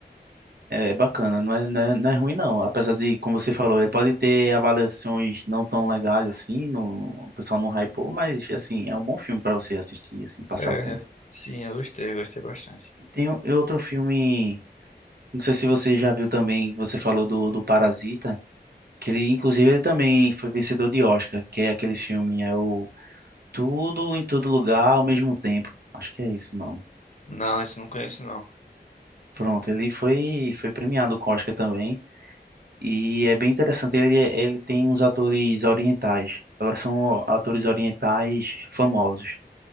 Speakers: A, on the right; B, on the left.
A: é, é bacana, não é, não é, não é ruim não, apesar de, como você falou, ele pode ter avaliações não tão legais assim, no, o pessoal não hypou, mas assim, é um bom filme para você assistir, assim, passar
B: é.
A: o tempo.
B: Sim, eu gostei, eu gostei bastante.
A: E Tem o- e outro filme, não sei se você já viu também, você falou do, do Parasita, que ele, inclusive, ele também foi vencedor de Oscar, que é aquele filme, é o Tudo em Todo Lugar ao Mesmo Tempo, acho que é isso o nome.
B: Não, isso eu não conheço não.
A: Pronto, ele foi, foi premiado com o Oscar também. E é bem interessante, ele, ele tem uns atores orientais. Agora são atores orientais famosos.